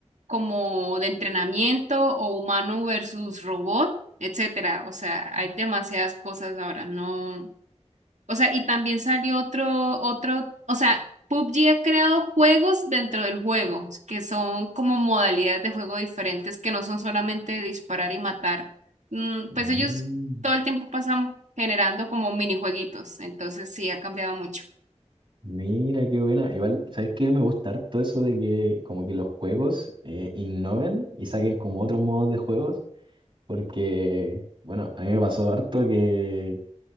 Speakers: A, on the right (about 80°); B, on the right (about 45°).
A: como de entrenamiento o humano versus robot, etcétera. O sea, hay demasiadas cosas ahora. No, o sea, y también salió otro, otro, o sea, PUBG ha creado juegos dentro del juego, que son como modalidades de juego diferentes, que no son solamente disparar y matar. Mm,
B: Mm.
A: pues ellos todo el tiempo pasan generando como minijueguitos, entonces sí, ha cambiado mucho.
B: Mira, qué buena. Igual, ¿sabes qué? Me gusta harto eso de que como que los juegos eh, innoven y saquen como otros modos de juegos, porque, bueno, a mí me pasó harto que